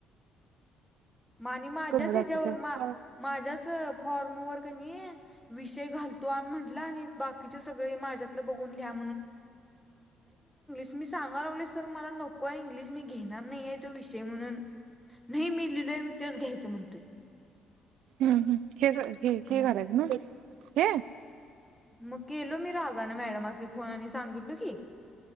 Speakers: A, in the centre; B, on the right (about 70°).
A: मा आणि माझ्याच
B: करून दाखवते.
A: ह्याच्यावर
B: हम्म
A: मा माझ्याच फॉर्मवर कनी नाही विषय घालतो आणि म्हटला आणि बाकीचे सगळे माझ्यातलं बघून घ्या <inaudible> मी सांगाला लावले सर मला नको आहे इंग्लिश मी घेणार नाही आहे तो विषय म्हणून नाही मी लिहिलोय मी तेच घ्यायचं म्हणतोय
B: हम्म ह् हे हे हे
A: मग
B: करायच ना हे
A: मग केलो मी रागा ना मॅडमे फोन आणि सांगितलो की